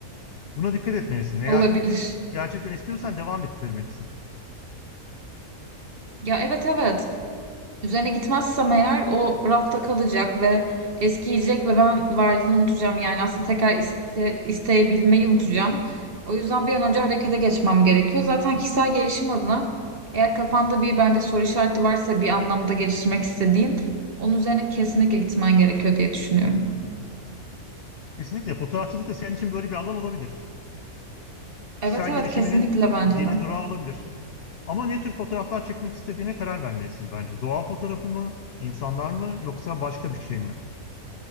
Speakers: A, on the left; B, on the right.
A: Buna dikkat etmelisin. Eğer
B: Olabilir.
A: gerçekten istiyorsan devam ettirmelisin.
B: Ya evet evet. Üzerine gitmezsem eğer o rafta kalacak ve eskiyecek ve ben varlığını unutacağım. Yani aslında tekrar iste- isteyebilmeyi unutacağım. O yüzden bir an önce harekete geçmem gerekiyor. Zaten kişisel gelişim adına eğer kafanda bir bence soru işareti varsa bir anlamda geliştirmek istediğin onun üzerine kesinlikle gitmen gerekiyor diye düşünüyorum.
A: Kesinlikle fotoğrafçılık da senin için böyle bir alan olabilir. Kişisel
B: Evet evet
A: gelişiminin
B: kesinlikle bence
A: yeni
B: de.
A: durağı olabilir. Ama ne tür fotoğraflar çekmek istediğine karar vermelisin bence. Doğa fotoğrafı mı, insanlar mı yoksa başka bir şey mi?